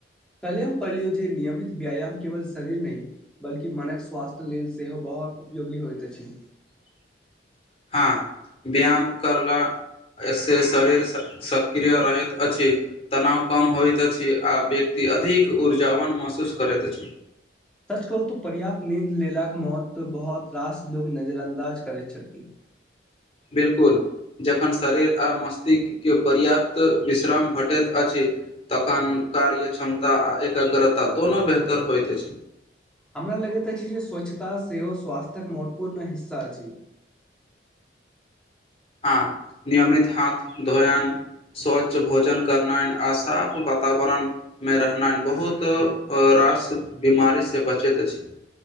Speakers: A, in the centre; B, on the left.
A: कलियम पढ़लियौ जे नियमित व्यायाम केवल शरीर नइ बल्कि मनक स्वास्थ्य लेल सेहो बहुत बहुत उपयोगी होइत अछि
B: <inaudible> हँ व्यायाम करला एहिस शरीर सक्रिय रहैत अछि तनाव कम होइत अछि आ व्यक्ति ईअधिक ऊर्जावान महसूस करैत अछि
A: कहू तऽ पर्याप्त नींद लेलाक महत्व बहुत रास लोग नजर अन्दाज करै छथि
B: बिलकुल जखन शरीर आ मस्तिष्कके पर्याप्त विश्राम भेटैत अछि तखन कार्य क्षमता आ एकाग्रता दोनो बेहतर होइत अछि
A: हमरा लगैत अछि जे स्वच्छता सेहो स्वास्थयक महत्वपूर्ण हिस्सा अछि
B: <inaudible> हँ नियमित हाथ धोयान स्वच्छ भोजन करनाइ आ साफ वातावरण मे रहनाइ बहुत आस बीमारीसँ बचैत अछि